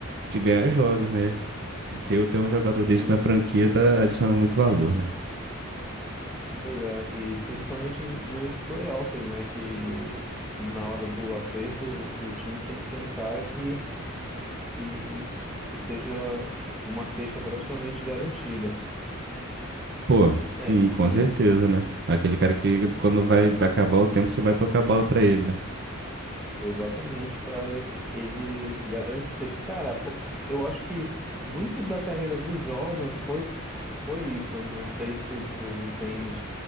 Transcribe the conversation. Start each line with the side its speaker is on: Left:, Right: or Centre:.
Right: de ganhar jogos, né? Ter, ter um jogador desse
Centre: Sim,
Right: na franquia tá, adiciona muito valor, né?
Centre: Pois é, e principalmente no- nos playoffs, né? Que na hora do aperto, o o time tem que ter um cara que, que, que seja uma cesta praticamente garantida.
Right: Pô, sim,
Centre: É, e,
Right: com
Centre: e
Right: certeza, né? Aquele cara que quando vai acabar o tempo, você vai tocar a bola pra ele, né?
Centre: exatamente para ele garantir a cesta. Cara, pô, eu acho que muito da carreira do Jordan foi, foi isso. Eu Não sei se tu tens